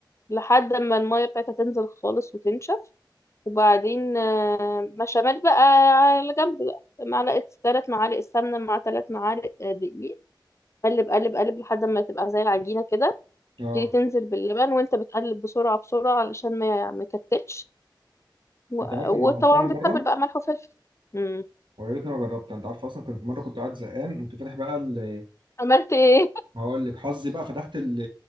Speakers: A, on the left; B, on the right.
A: لحد ما الميه بتاعتها تنزل خالص وتنشف وبعدين آه، بشاميل بقى على جنب بقى معلقة ثلاث معالق السمنة مع ثلاث معالق آه، دقيق قلب قلب قلب لحد ما تبقى زي العجينة كده
B: اه
A: تيجي تنزل باللبن وانت بتقلب بسرعة بسرعة علشان ما ما يكتلش و-
B: انت عارف
A: وطبعا
B: انا عملتها مره
A: بتتبل بقى ملح وفلفل امم
B: ويا ريتني ما جربتها انت عارف اصلا كان في مره كنت قاعد زهقان كنت فاتح بقى ال-
A: عملت ايه <laughs>
B: ما هقول لك حظي بقى فتحت ال-